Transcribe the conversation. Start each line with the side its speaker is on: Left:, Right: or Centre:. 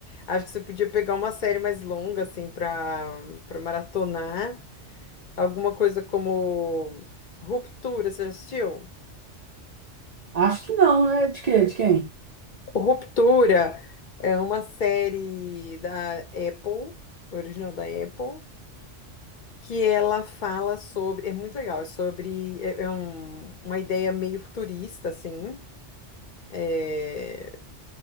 Left: Acho que você podia pegar uma série mais longa, assim, pra, pra maratonar. Alguma coisa como Ruptura, você já assistiu?
Right: Acho que não, né? De quê? De quem?
Left: O Ruptura é uma série da Apple, original da Apple, que ela fala sobre. É muito legal, é sobre. É, é um- uma ideia meio futurista, assim. É,